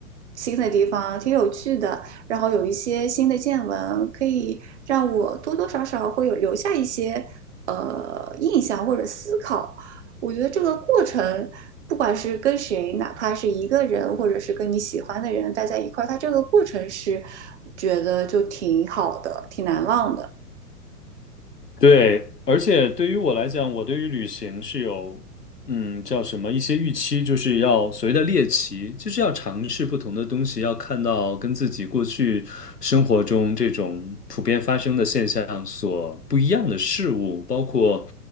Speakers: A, on the right; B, on the left.
A: 新的地方，挺有趣的，然后有一些新的见闻，可以让我多多少少会有留下一些呃印象或者思考。我觉得这个过程，不管是跟谁，哪怕是一个人，或者是跟你喜欢的人待在一块儿，它这个过程是觉得就挺好的，挺难忘的。
B: 对，而且对于我来讲，我对于旅行是有嗯叫什么一些预期，就是要所谓的猎奇，就是要尝试不同的东西，要看到跟自己过去生活中这种普遍发生的现象所不一样的事物，包括